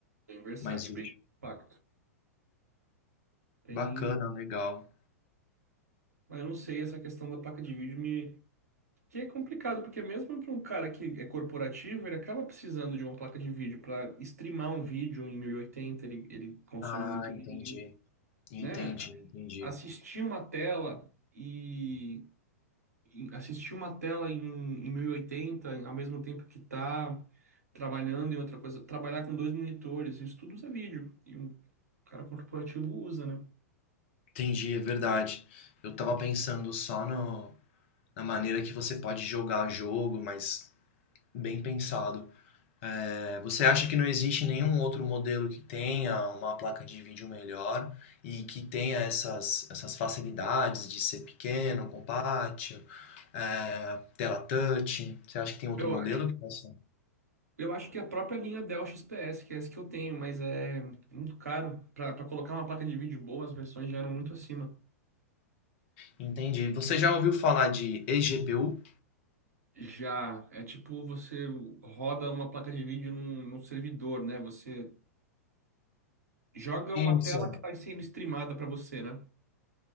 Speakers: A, on the right; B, on the left.
A: bem versátil,
B: mais útil.
A: bem compacto. Tem...
B: Bacana, legal.
A: Mas eu não sei, essa questão da placa de vídeo me... Que é complicado, porque mesmo para um cara que é corporativo, ele acaba precisando de uma placa de vídeo para streamar um vídeo em 1080. ele, ele consome
B: Ah,
A: muito vídeo,
B: entendi. Entendi,
A: né?
B: entendi.
A: Assistir uma tela e... e Assistir uma tela em, em 1080, ao mesmo tempo que tá trabalhando em outra coisa, trabalhar com dois monitores, isso tudo usa vídeo. E um O cara corporativo usa, né?
B: Entendi, é verdade. Eu tava pensando só no, na maneira que você pode jogar jogo, mas bem pensado. É, você acha que não existe nenhum outro modelo que tenha uma placa de vídeo melhor e que tenha essas, essas facilidades de ser pequeno, compacto, é, tela touch? Você acha que tem outro
A: Eu
B: modelo
A: acho,
B: que possa?
A: eu acho que a própria linha Dell XPS, que é essa que eu tenho, mas é muito caro. Pra, pra colocar uma placa de vídeo boa, as versões já eram muito acima.
B: Entendi. Você já ouviu falar de eGPU?
A: Já, é tipo você roda uma placa de vídeo num, num servidor, né? Você joga uma
B: Isso.
A: tela que está sendo streamada para você, né?